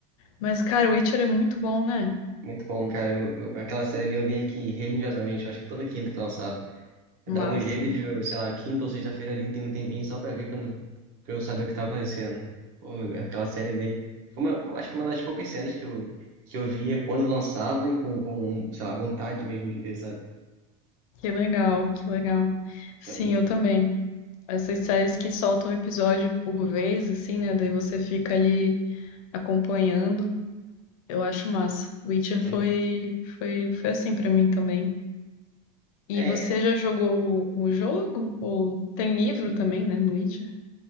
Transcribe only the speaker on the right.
Muito bom, cara. Eu, eu- aquela série ali eu via que religiosamente, eu acho que toda quinta que lançava. Eu
dava um jeito de, sei lá, quinta ou sexta-feira ali, tem um tempinho só pra ver, pra, não- pra eu saber o que tava acontecendo. Pô, aquela série ali. Foi uma, eu acho que uma das poucas séries que eu, que eu via quando lançava e com, com, sei lá, vontade mesmo de ver, sabe?
Isso
era muito
bom.
É.
É,